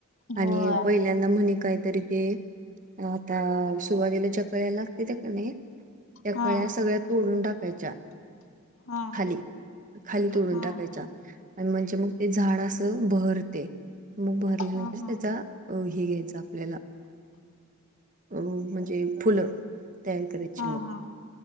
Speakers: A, on the left; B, on the right.
A: होय
B: आणि पहिल्यांदा म्हणे काहीतरी ते- आता सुरवातीला ज्या कळ्या लागतेत्या का नाही? त्या
A: हा
B: कळ्या सगळ्यात- तोडून टाकायच्या
A: हा
B: खाली. खाली तोडून
A: हा
B: टाकायच्या. आणि म्हणजे मग ते झाड असं बहरते. मग बहरल्यावर
A: हा हा
B: त्याचा- अ हे घ्यायचं आपल्याला. अ म्हणजे फुलं. तयार करायची
A: हा
B: मग.
A: हा